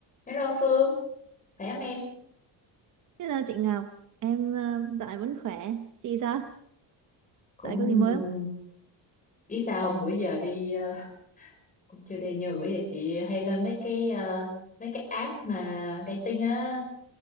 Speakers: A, on the left; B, on the right.
A: Hello Phương, khỏe không em?
B: Hello chị Ngọc, em ờ, dạo này vẫn khỏe. Chị sao?
A: Cũng
B: Dạo này có gì mới không?
A: biết sao không? Bữa giờ đi ờ, cũng chưa đi nhiều bữa giờ chị hay lên mấy cái ờ, mấy cái app mà dating á,